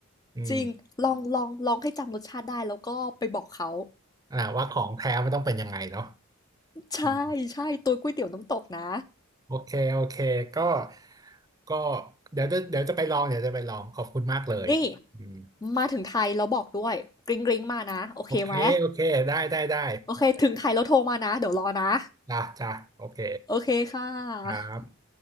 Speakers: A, on the right; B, on the left.
A: อืม
B: จริงลองลองลองให้จำรสชาติได้แล้วก็ไปบอกเขา
A: อ่าว่าของแท้มันต้องเป็นยังไงเนาะ
B: ใช่ใช่ตัวก๋วยเตี๋ยวน้ำตกนะ
A: อืม โอเคโอเคก็ก็เดี๋ยวจะเดี๋ยวจะไปลองเดี๋ยวจะไปลองขอบคุณมากเลยอืม
B: นี่มาถึงไทยแล้วบอกด้วยกริ๊งกริ๊งมานะโอเคไหม
A: โอเคโอเคได้ได้ได้
B: โอเคถึงไทยแล้วโทรมานะเดี๋ยวรอนะ
A: จ้ะจ้ะโอเค
B: โอเคค่ะ
A: ครับ